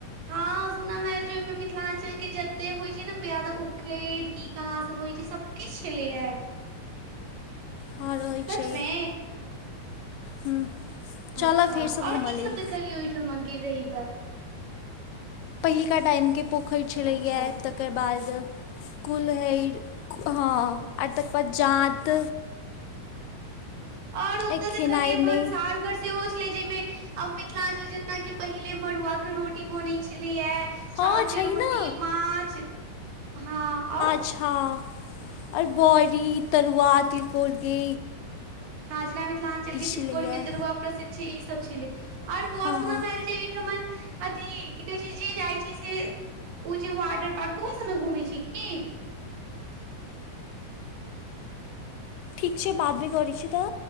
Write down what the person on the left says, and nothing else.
हँ रहै
छै
हूँ चलऽ
फेरसँ घूमऽ
लेल
पहिलका टाइमके पोखरि छलैया
तकर बाद कुलहैर हँ आ तकर बाद जाँत
एहि खेनाइमे
हँ
छै
ने
अच्छा आर बरी तरुआ तिलकोर के
छलैए
हँ
हँ
ठीक छै बाद मे करै छी तऽ